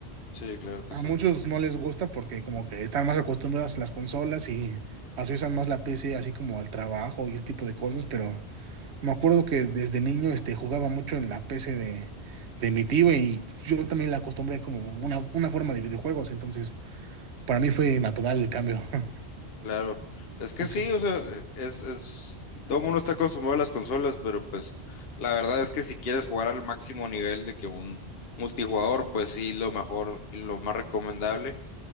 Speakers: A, on the left (about 65°); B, on the right (about 80°).
A: sí, claro que
B: A
A: sí.
B: muchos no les gusta porque como que están más acostumbrados a las consolas y así usan más la PC así como al trabajo y ese tipo de cosas, pero me acuerdo que desde niño este, jugaba mucho en la PC de, de mi tío y yo también la acostumbré como una, una forma de videojuegos, entonces para mí fue natural el cambio. <laughs>
A: Claro, es que
B: Okay.
A: sí, o sea, eh, es, es, todo el mundo está acostumbrado a las consolas, pero pues la verdad es que si quieres jugar al máximo nivel de que un multijugador, pues sí, lo mejor y lo más recomendable,